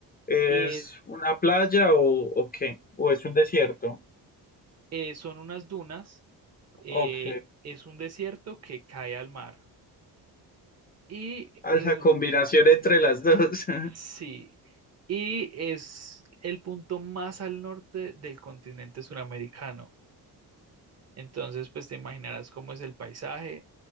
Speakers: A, on the left; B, on the right.
A: ¿Es
B: Eh,
A: una playa o, o qué? ¿O es un desierto?
B: eh, son unas dunas, eh,
A: Ok.
B: es un desierto que cae al mar. Y
A: Alta
B: resu-
A: combinación entre las dos. <laughs>
B: sí, y es el punto más al norte del continente suramericano. Entonces, pues te imaginarás cómo es el paisaje